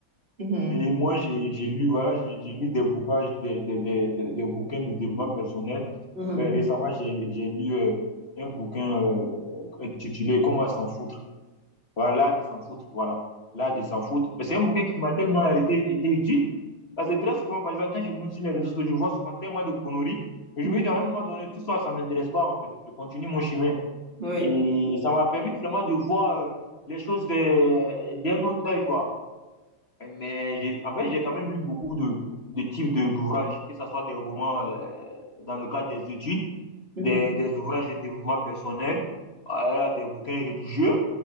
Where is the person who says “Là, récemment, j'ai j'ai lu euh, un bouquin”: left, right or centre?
Left